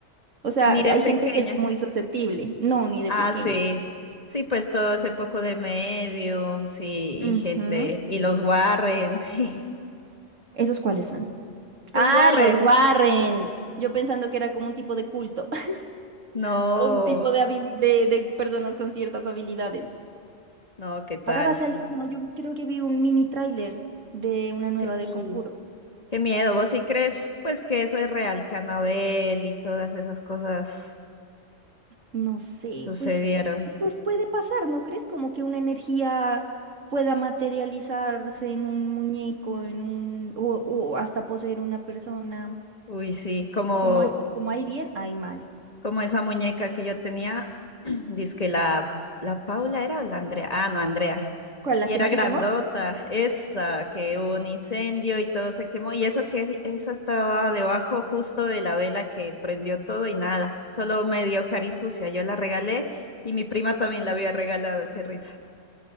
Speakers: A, on the right; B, on the left.
A: O sea,
B: ni
A: hay
B: de pequeña.
A: gente que es muy susceptible. No, ni de
B: Ah,
A: pequeña.
B: sí. Sí, pues todo ese poco de mediums y,
A: Ujú.
B: y gente, y los Warren, <laughs>
A: ¿Esos cuáles son?
B: los
A: Ah,
B: Warren.
A: los Warren. Yo pensando que era como un tipo de culto
B: No,
A: <laughs> o un tipo de, habili- de, de personas con ciertas habilidades.
B: no, ¿qué tal?
A: Ahora va a salir, ¿no? Yo creo que vi un mini tráiler de una
B: Sí.
A: nueva del Conjuro.
B: Qué miedo, ¿vos sí crees pues que eso es real, que Anabel y todas esas cosas
A: No sé,
B: sucedieron?
A: pues, pues puede pasar, ¿no crees? Como que una energía pueda materializarse en un muñeco, en un, o, o hasta poseer una persona.
B: Uy, sí, como,
A: Como, es- como hay bien, hay mal.
B: como esa muñeca que yo tenía, <clears throat> dizque la, la Paula era o la Andrea, ah, no, Andrea,
A: ¿Cuál, la
B: y
A: que
B: era
A: no
B: grandota,
A: se quemó?
B: esa, que hubo un incendio y todo se quemó, y eso que es- esa estaba debajo justo de la vela que prendió todo y nada, solo medio cari sucia, yo la regalé y mi prima también la había regalado, qué risa.